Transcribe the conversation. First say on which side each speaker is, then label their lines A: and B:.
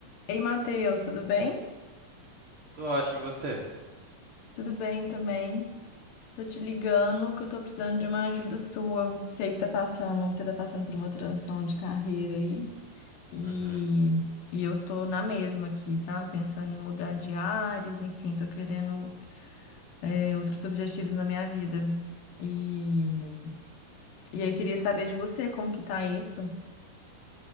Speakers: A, on the left; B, on the right.
A: Ei, Matheus, tudo bem?
B: Tô ótimo, e você?
A: Tudo bem também. Tô te ligando que eu tô precisando de uma ajuda sua. Sei que tá passando, você tá passando por uma transição de carreira aí e,
B: Uhum.
A: e eu tô na mesma aqui, sabe? Pensando em mudar de áreas, enfim, tô querendo é, outros objetivos na minha vida. E, e aí queria saber de você como que tá isso.